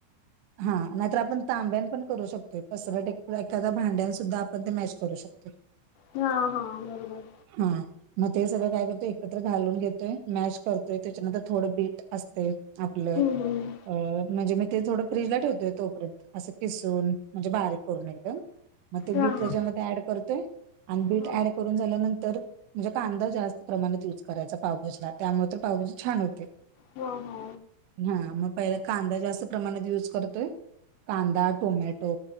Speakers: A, on the right; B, on the left.
A: हा नाहीतर आपण तांब्यान पण करू शकतोय पसरट एक एखाद्या भांड्यान सुद्धा आपण ते मॅश करू शक <unintelligible>
B: हा हा बरोबर
A: हम्म मग ते सगळं काय करतोय एकत्र घालून घेतोय मॅश करतोय त्याच्यानंतर थोडं बीट असतय आपलं
B: हम्म हम्म
A: अं म्हणजे मी ते थोडं फ्रीजला ठेवतोय तोपर्यंत असं खिसून म्हणजे बारीक करून एकदम मग ते
B: हा
A: बीट त्याच्यामध्ये
B: हा
A: ऍड करतोय आणि बीट
B: हा
A: ऍड करून झाल्यानंतर म्हणजे कांदा जास्त प्रमाणात युज करायचा पावभाजीला त्यामुळे तर पावभजी छान होते.
B: हा हा
A: हा मग पहिला कांदा जास्त प्रमाणात युज करतोय कांदा टोमॅटो